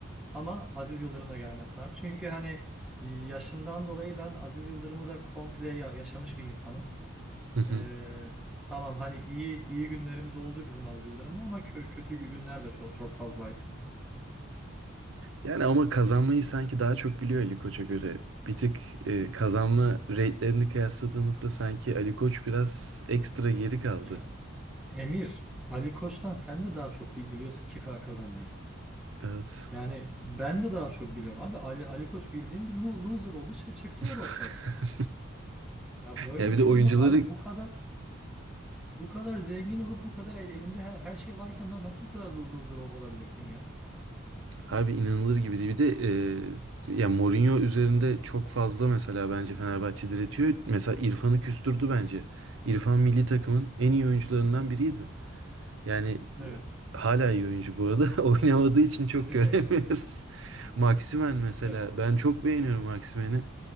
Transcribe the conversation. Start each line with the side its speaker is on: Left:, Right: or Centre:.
Centre: Ama Aziz Yıldırım da gelmesin abi. Çünkü hani yaşımdan dolayı ben Aziz Yıldırım'ı da komple ya- yaşamış bir insanım.
Right: Hı hı.
Centre: Ee, tamam hani iyi iyi günlerimiz oldu bizim Aziz Yıldırım'la ama kö- kötü günler de çok çok fazlaydı.
Right: Yani ama kazanmayı sanki daha çok biliyor Ali Koç'a göre. Bir tık e, kazanma rate'lerini kıyasladığımızda sanki Ali Koç biraz ekstra geri kaldı.
Centre: Ya Emir, Ali Koç'tan sen de daha çok bi- biliyorsun ki ka- kazanmayı.
Right: Evet.
Centre: Yani ben de daha çok biliyorum abi. Ali, Ali Koç bildiğin bir lo- loser oldu, çı- çıktı
Right: <laughs>
Centre: or- ortaya. Ya böyle
Right: Ya bir
Centre: bir şey
Right: de oyuncuları
Centre: olmaz abi. Bu kadar Bu kadar zengin olup bu kadar el- elinde her, her şey varken na- nasıl bu kadar lo- loser ol- olabilirsin ya?
Right: Abi inanılır gibi değil. Bir de e, ya Mourinho üzerinde çok fazla mesela bence Fenerbahçe diretiyor. Mesela İrfan'ı küstürdü bence. İrfan milli takımın en iyi oyuncularından biriydi. Yani
Centre: Evet.
Right: hala iyi oyuncu bu arada. <laughs> Oynamadığı için çok
Centre: <laughs>
Right: göremiyoruz. Maximen mesela.
Centre: Evet.
Right: Ben çok beğeniyorum Maximen'i.